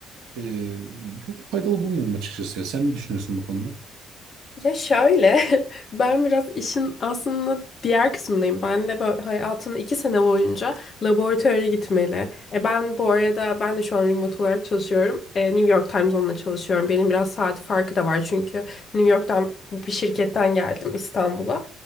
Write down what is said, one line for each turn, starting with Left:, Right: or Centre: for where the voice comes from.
Right: e, çok faydalı bulmuyorum açıkçası ya. Sen ne düşünüyorsun bu konuda?
Left: Ya şöyle, <laughs> ben biraz işin aslında diğer kısmındayım. Ben de böyle hayatımın iki sene boyunca laboratuvara gitmeli. E ben bu arada ben de şu an remote olarak çalışıyorum. E, New York Time Zone'la çalışıyorum. Benim biraz saat farkı da var çünkü New York'tan bir şirketten geldim İstanbul'a.